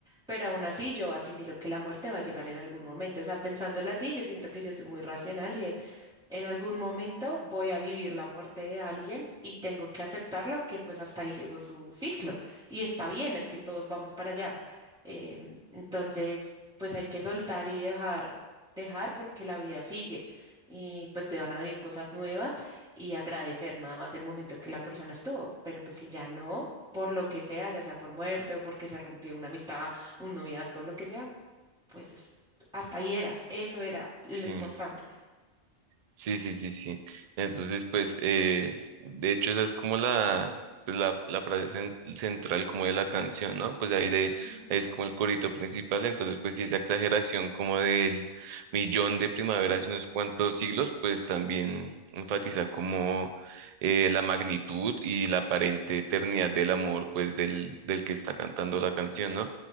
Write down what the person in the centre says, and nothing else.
pero aún así yo asimilo que la muerte va a llegar en algún momento. O sea, pensándolo así, yo siento que yo soy muy racional y es, en algún momento voy a vivir la muerte de alguien y tengo que aceptarla que pues hasta ahí llegó su ciclo. Y está bien, es que todos vamos para allá. eh, entonces, pues hay que soltar y dejar, dejar porque la vida sigue y pues te van a venir cosas nuevas y agradecer nada más el momento que la persona estuvo, pero pues si ya no, por lo que sea, ya sea por muerte o porque se rompió una amistad, un noviazgo, lo que sea, pues es, hasta ahí era, eso era lo
importante.
Ujú,